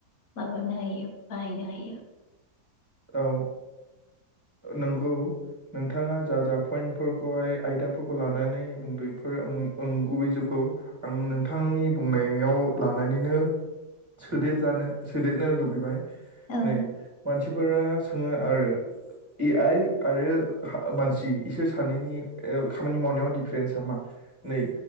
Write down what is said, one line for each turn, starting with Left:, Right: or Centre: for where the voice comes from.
Left: माबानो हायो। बाहायनो हायो।
Right: औ नंगौ नोंथाङा जा जा पइन्टफोरखौहाय आयदाफोरखौ लानानै बुंदों बेफोरं अंगुबुबै जोबगौ आं नोंथांनि बुंनायाव लानानैनो सोदेरजानो सोदेरनो लुबैबाय। नै
Left: औ
Right: मानसि मानसिफोरा सोङो आरो ए आइ आरो मानसि इसोर सानैनि खामानि मावनायाव दिडिफारेन्सा मा नै